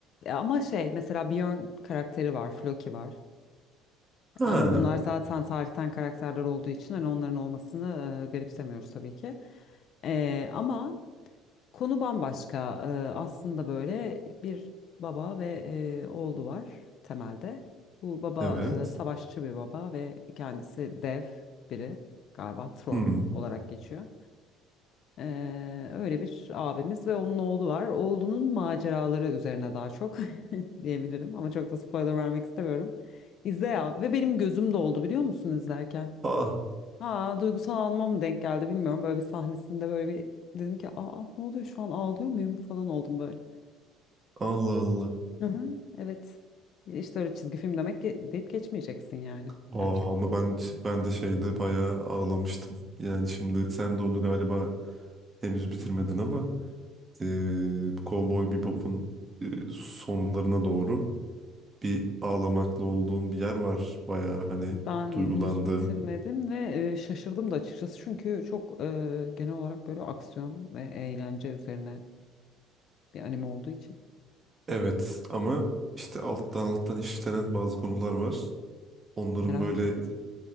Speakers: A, on the left; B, on the right.
A: E, Ama şey mesela Björn karakteri var, Floki var.
B: Ha,
A: Ama bunlar zaten tarihten karakterler olduğu için hani onların olmasını e, garipsemiyoruz tabii ki. Ee, ama konu bambaşka. Ee, aslında böyle bir baba ve e, oğlu var temelde. Bu baba
B: evet.
A: e, savaşçı bir baba ve kendisi dev biri galiba troll
B: Hmm.
A: olarak geçiyor. Ee, öyle bir abimiz ve onun oğlu var. Oğlunun maceraları üzerine daha çok <laughs> diyebilirim ama çok da spoiler vermek istemiyorum. İzle ya ve benim gözüm doldu biliyor musun izlerken?
B: Ah,
A: Ha duygusal anıma mı denk geldi bilmiyorum. Böyle bir sahnesinde böyle bir dedim ki aa ne oluyor şu an ağlıyor muyum falan oldum böyle.
B: Allah Allah.
A: Hı hı, evet. İşte öyle çizgi film demek ki deyip geçmeyeceksin yani
B: Aa,
A: gerçekten.
B: ama ben ben de şeyde bayağı ağlamıştım. Yani şimdi sen de onu galiba henüz bitirmedin ama e, Cowboy Bebop'un e, sonlarına doğru bir ağlamaklı olduğum bir yer var. Bayağı hani
A: Ben
B: duygulandığım.
A: henüz bitirmedim ve e, şaşırdım da açıkçası çünkü çok e, genel olarak böyle aksiyon ve eğlence üzerine bir anime olduğu için
B: Evet ama işte alttan alttan işlenen bazı konular var. Onların
A: merak
B: böyle
A: ettim.